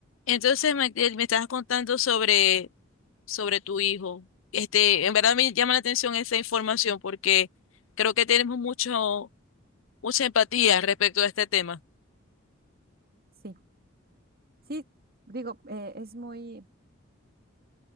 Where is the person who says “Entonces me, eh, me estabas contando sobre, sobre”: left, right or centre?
Left